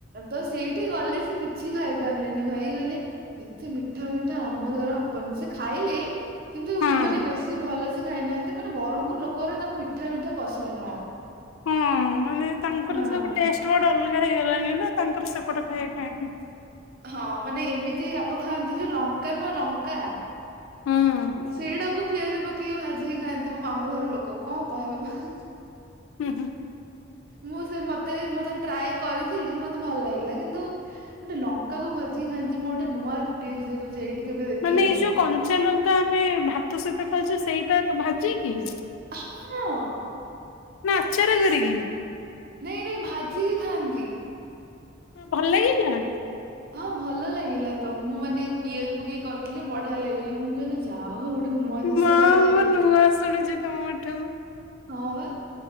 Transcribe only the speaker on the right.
ତ ସେଇଠି ଗଲେ ସେ କିଛି ଖାଇ ପାରିଲେନି, ଭାଇ ଗଲେ ଏତେ ମିଠା, ମିଠା ଆମ ଦ୍ଵାରା ହବନି, ସେ ଖାଇଲେ, କିନ୍ତୁ
ମାନେ ବେଶୀ ଭଲ ସେ ଖାଇନାହାନ୍ତି, ମାନେ ବ୍ରହ୍ମପୁର ଲୋକଗୁରା ତାକୁ ମିଠା, ମିଠା ପସନ୍ଦ ନୁହଁ।
ହଁ
ହଁ ମାନେ ଏମିତି ରାଗ ଖାଆନ୍ତି ଯେ, ଲଙ୍କା ନୁହଁ ଲଙ୍କା।
ସେଇଡାକୁ ପିଆଜ ପକେ କି ଭାଜି କି ଖାଆନ୍ତି ମୋ ମାମୁଁ ଘର ଲୋକ କଣ କହିବୁ।
ମୁଁ ସେ ମତେ ମୋତେ ଟ୍ରାଏ କରିଥିଲି, ମତେ ଭଲ ଲାଗିଲା କିନ୍ତୁ ଗୋଟେ ଲଙ୍କାକୁ ଭାଜିିକି ଖାଆନ୍ତି, ମୁଁ ଗୋଟେ ନୂଆ ଡିସ୍ ଦେଖୁଚି ଏଇଠି। କେବେ ଦେଖିନି
ମୁଁ।
ହଁ
ନାଇଁ, ନାଇଁ ଭାଜି କି ଖାଆନ୍ତି।
ହଁ ଭଲ ଲାଗିଲା ତ, ମୁଁ ମାନେ ପିଆଜ ପକେଇ କି କରିଥିଲେ, ବଢିଆ ଲାଗିଲା ମୁଁ କହିଲି ଯାହା ହଉ ଗୋଟେ ନୂଆ ଜିନିଷ
ଖାଇବାକୁ
ପାଇଲେ,
ହଁ ବା